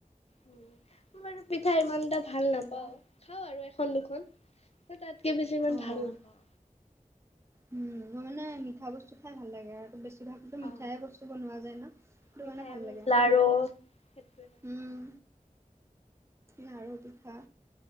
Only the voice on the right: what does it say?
এনেকুৱা
অ'।
উম মই মানে মিঠা বস্তু খাই ভাল লাগে আৰু টো বেছি। বেছি ভাগটো মিঠাই
বস্তু বনোৱা যায় ন সেইটো
কাৰণে ভাল লাগে আও,
উম। লাৰু পিঠা।